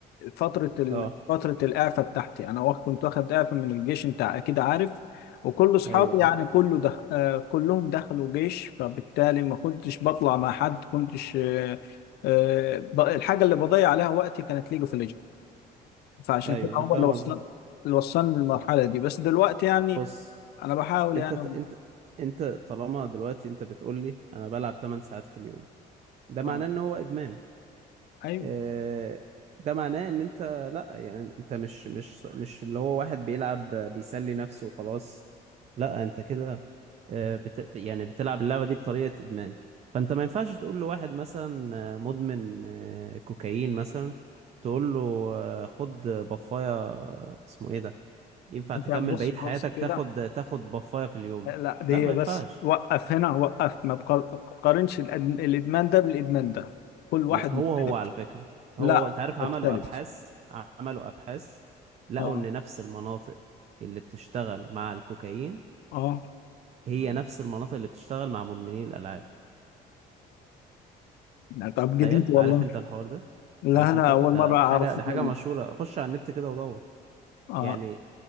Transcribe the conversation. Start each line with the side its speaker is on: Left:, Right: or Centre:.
Left: فترة ال...
Right: اه
Left: فترة الإعفاء بتاعتي أنا واخ- كنت واخد إعفاء من الجيش أنت أكيد عارف وكل أصحابي
Right: ايوه
Left: يعني
Right: اه
Left: كله دخ... آه، كلهم دخلوا جيش فبالتالي ما كنتش بطلع مع حد كنتش آه، آه، ب- الحاجة اللي بضيع عليها وقتي كانت ليج اوف ليجند فعشان
Right: ايوه
Left: كده
Right: انا
Left: هو
Right: فاهم
Left: اللي وصلني
Right: قصدك
Left: اللي وصلني للمرحلة دي بس دلوقتي يعني
Right: بص
Left: أنا بحاول
Right: انت
Left: يعني
Right: انت انت طالما دلوقتي انت بتقول لي انا بلعب 8 ساعات في اليوم ده معناه
Left: آه
Right: ان هو ادمان
Left: أيوه
Right: آه، ده معناه ان انت لا يعني انت مش مش مش اللي هو واحد بيلعب بيسلي نفسه وخلاص لا انت كده آه، بت يعني بتلعب اللعبة دي بطريقة ادمان فانت ما ينفعش تقول لواحد مثلا آه، مدمن آه، كوكايين مثلا تقول له آه، خد بفاية آه، اسمه ايه ده ينفع
Left: أنت
Right: تكمل
Left: بص
Right: بقية حياتك
Left: بص كده
Right: تاخد تاخد بفاية في اليوم
Left: لا دي
Right: لا ما ينفعش
Left: بس وقف هنا وقف ما تقار- ما تقارنش الأد- الإدمان ده بالإدمان ده كل واحد
Right: لا هو
Left: مختلف
Right: هو على فكرة
Left: لا
Right: هو هو انت عارف عملوا
Left: مختلف
Right: ابحاث عملوا ابحاث لقوا
Left: اه
Right: ان نفس المناطق اللي بتشتغل مع الكوكايين
Left: اه
Right: هي نفس المناطق اللي بتشتغل مع مدمنين الالعاب
Left: لا طب
Right: تخيل
Left: جديد والله
Right: عارف انت الحوار ده
Left: لا
Right: عارف
Left: انا
Right: انت
Left: اول
Right: ده
Left: مره
Right: ده
Left: اعرف
Right: حاجة ده حاجة
Left: منه
Right: مشهورة خش على النت كده ودور
Left: اه
Right: يعني